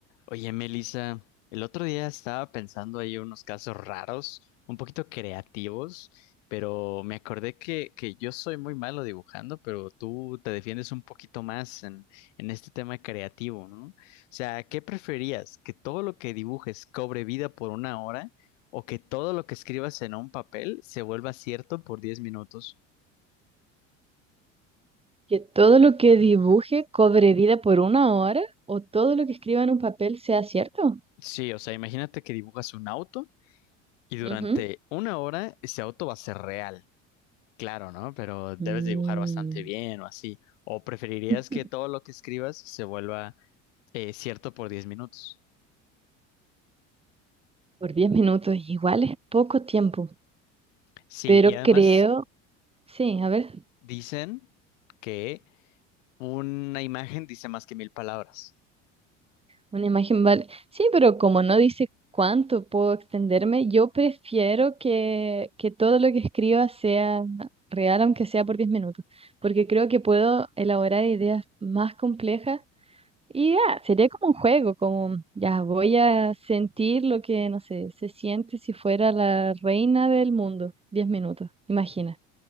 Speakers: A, on the left; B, on the right.
A: Oye, Melissa, el otro día estaba pensando ahí unos casos raros, un poquito creativos, pero me acordé que, que yo soy muy malo dibujando, pero tú te defiendes un poquito más en, en este tema creativo, ¿no? O sea, ¿qué preferías? ¿Que todo lo que dibujes cobre vida por una hora o que todo lo que escribas en un papel se vuelva cierto por 10 minutos?
B: Que todo lo que dibuje cobre vida por una hora o todo lo que escriba en un papel sea cierto.
A: Sí, o sea, imagínate que dibujas un auto y durante
B: Ujú.
A: una hora ese auto va a ser real. Claro, ¿no? Pero debes
B: Mm,
A: dibujar bastante bien o así. ¿O preferirías
B: <laughs>
A: que todo lo que escribas se vuelva eh, cierto por diez minutos?
B: por 10 minutos, igual es poco tiempo,
A: Sí,
B: pero
A: y además
B: creo, sí, a ver,
A: dicen que una imagen dice más que mil palabras.
B: una imagen vale. Sí, pero como no dice cuánto puedo extenderme, yo prefiero que, que todo lo que escriba sea real, aunque sea por 10 minutos, porque creo que puedo elaborar ideas más complejas Y ya, sería como un juego, como ya voy a sentir lo que, no sé, se siente si fuera la reina del mundo. Diez minutos, imagina.